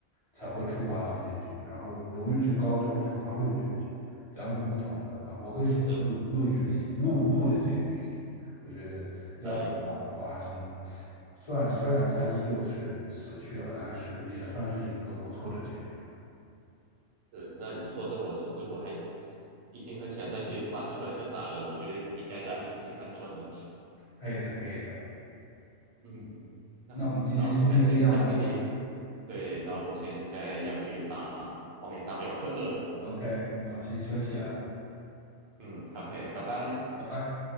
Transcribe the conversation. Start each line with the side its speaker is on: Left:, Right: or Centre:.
Left: 才会触发狼结局，然后荣誉值高就会触发鹿结局。两种不同的吧。我更喜欢鹿鹿雪一鹿鹿的结局一点。
Right: 是是是，
Left: 我觉得亚瑟这样的话还是
Right: 可以。
Left: 算，虽然他依旧是死去了，但是也算是一个不错的结局了。
Right: 是，那你说的我其实我还已经很想再去翻出来再打了，我觉得应该再重新安装的。<laughs>
Left: 可以的，可以的。
Right: 嗯，那那我们可能今天到这里。
Left: 那我们今天先就这样吧。
Right: 对，然后我现在要去打《荒野大镖客二》了。
Left: OK，那我先休息了，
Right: 嗯，OK，拜拜。
Left: 拜拜。